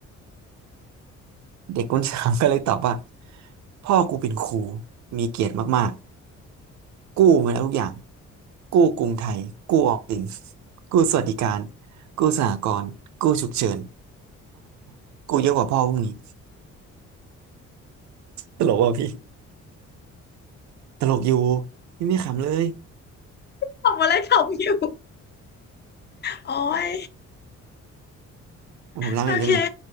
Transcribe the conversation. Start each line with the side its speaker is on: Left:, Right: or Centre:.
Right: เด็กคนสามก็เลยตอบว่าพ่อกูเป็นครูมีเกียรติมากๆกู้มาแล้วทุกอย่างกู้กรุงไทยกู้ออมสินกู้สวัสดิการกู้สหกรณ์กู้ฉุกเฉิน <laughs> กูเยอะกว่าพ่อพวกนี้ตลกว่ะพี่ตลกอยู่พี่ไม่ขำเลย
Left: ทำอะไรทำอยู่โอ้ย
Right: <laughs> ผมเล่าอีกเรื่องหนึ่ง
Left: โอเค